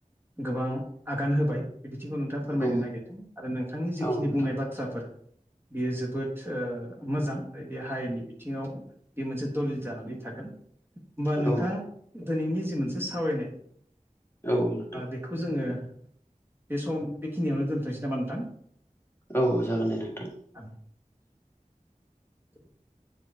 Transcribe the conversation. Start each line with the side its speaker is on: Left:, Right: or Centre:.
Right: गोबां! आगान होबाय बे बिथिंखौ नोंथांङा फोरमायनो
Left: औ
Right: नागिरदों आरो नोंथांनि जिखिनि
Left: औ नोंथां
Right: बुंनाय बाथ्राफोर बियो जोबोद मोजां आरो बे हारिनि बिथिंङाव बे मोनसे दलिल जानानै थागोन ओमबा नोंथांङा
Left: औ
Right: दिनैनि जि मोनसे सावरायनाय
Left: औ नोंथां
Right: बेखौ जोंङो बे सम बेखिनियावनो दोनथ'नोसै नामा नोंथां।
Left: औ जागोन दे नोंथां।
Right: आं <inaudible>